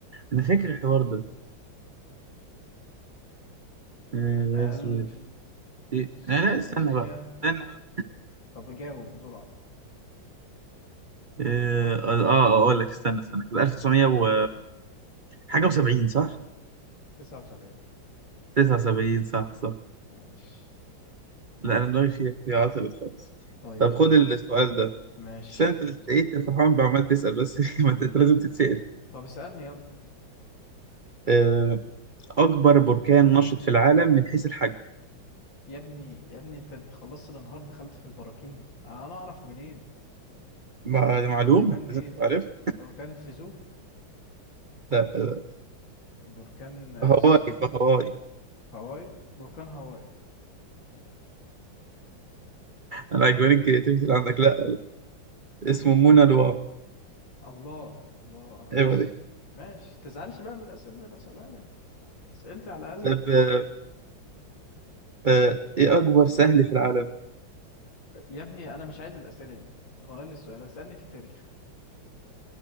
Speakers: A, on the right; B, on the left.
A: أنا فاكر الحوار ده آه، غزو
B: ألف
A: إيه؟
B: تسعمية
A: لا لا استنى بقى استنى بقى
B: طب جاوب بسرعة
A: آه آه آه، أقول لك استنى استنى كده 1900 و حاجة و70 صح؟
B: تسعة وسبعين
A: 79 صح صح
B: ماشي
A: لا أنا دماغي فيها فيها عطلت خالص
B: طيب
A: طب خد السؤال ده
B: ماشي
A: بس أنت اللي لقيت فرحان بعمال تسأل بس <laughs> ما أنت أنت لازم تتسأل
B: طب اسألني يلا
A: آه، أكبر بركان نشط في العالم من حيث الحجم
B: يا ابني يا ابني انت خلصت الانهار دخلت في البراكين انا اعرف منين
A: مع- معلوم
B: بركان
A: لازم
B: ايه ف-
A: تعرف
B: ف- بركان فيزوف
A: لا آه،
B: بركان الصين
A: هواي فهواي
B: هاواي بركان هاواي
A: أنا عجباني الكرياتيفيتي اللي عندك لا اسمه منى لواء
B: الله الله ماشي
A: ايوه دي
B: ماشي تزعلش بقى من الأسئلة اللي بسألها لك أسئلتي على الأقل
A: طب
B: ب-
A: آه، آه، ايه اكبر سهل في العالم
B: يا ابني أنا مش عايز الأسئلة دي غير لي السؤال اسألني في التاريخ